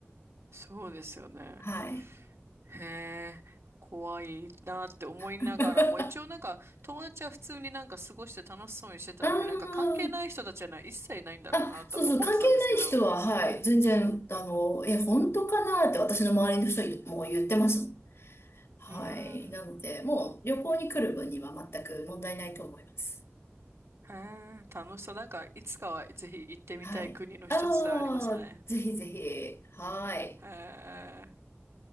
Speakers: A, on the right (about 75°); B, on the left (about 70°).
A: そうですよね。
B: はい。
A: へえ、怖いなって思いながらも、
B: <laughs>
A: 一応なんか友達は普通になんか過ごして楽しそうにしてたんで、
B: あー
A: なんか関係ない人たちはな一切ないんだろうなとは思ってたんですけど。
B: あ、そうそう、関係ない人は、はい、全然、あの、え、本当かなって私の周りの人も言ってますもん。はい。
A: うーん、
B: なので、もう旅行に来る分には全く問題ないと思います。
A: へえ、楽しそう。なんかいつかはぜひ行ってみたい国の一つではありましたね。
B: はい。ああ、ぜひぜひ。はい。
A: へえ、